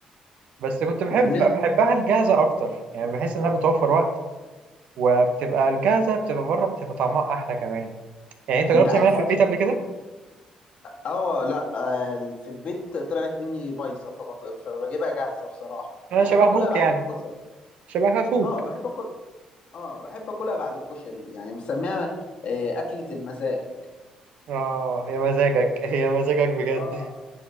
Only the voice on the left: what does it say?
ما كلنا
انت عارف
اه لا آه، في البيت طلعت مني بايظه فبك... فبجيبها جاهزه بصراحه
بحب
اكلها
بعد
الكشري
اه بحب اكل اه بحب اكلها بعد الكشري يعني مسميها آه، اكله المزاج
اه